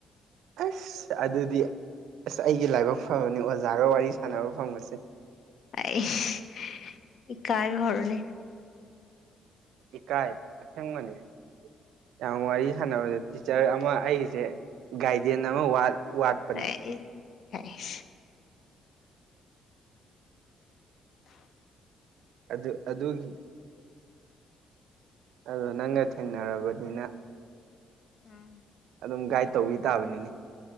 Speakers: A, on the right; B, on the left.
A: ꯑꯁ ꯑꯗꯨꯗꯤ ꯑꯁ ꯑꯩꯒꯤ ꯂꯥꯏꯕꯛ ꯐꯕꯅꯤ ꯑꯣꯖꯥꯒ ꯋꯥꯔꯤ ꯁꯥꯟꯅꯕ ꯐꯪꯕꯁꯦ
B: ꯑꯩꯁ ꯏꯀꯥꯏꯕ ꯍꯧꯔꯦ
A: ꯏꯀꯥꯏꯒꯅꯣ ꯑꯁꯦꯡꯕꯅꯦ ꯌꯥꯝ ꯋꯥꯔꯤ ꯁꯥꯟꯅꯕꯗ ꯇꯤꯆꯔ ꯑꯃ ꯑꯩꯒꯤꯁꯦ ꯒꯥꯏꯗꯦꯟ ꯑꯃ ꯋꯥꯠ ꯋꯥꯠꯄꯅꯦ
B: ꯑꯩꯁ
A: ꯑꯗꯨ ꯑꯗꯨꯒꯤ ꯑꯗꯨꯗꯣ ꯅꯪꯒ ꯊꯦꯡꯅꯔꯕꯅꯤꯅ
B: ꯑꯝ
A: ꯑꯗꯨꯝ ꯒꯥꯏꯗ ꯇꯧꯕꯤ ꯇꯥꯕꯅꯤꯅꯦ